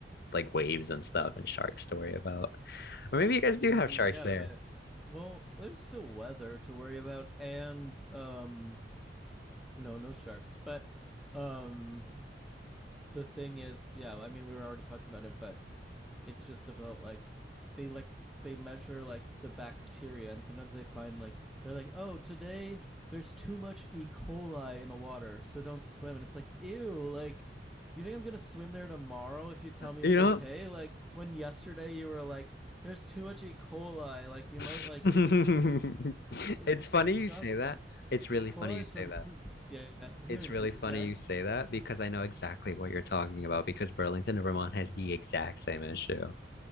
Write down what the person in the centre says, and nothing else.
Mm,
yeah,
but
well, there's still weather to worry about and um No, no sharks. But um the thing is, yeah, I mean we were already talking about it, but it's just about like they like they measure like the bacteria and sometimes they find like they're like, "Oh, today there's too much E. coli in the water, so don't swim." And it's like, "Ew, like you think I'm going to swim there tomorrow if you tell me
it's
okay?" Like when yesterday you were like, "There's too much E. coli, like you
might like it's
disgusting."
E. coli
is
from
poop. Yeah, yeah, human
poop.
Yeah.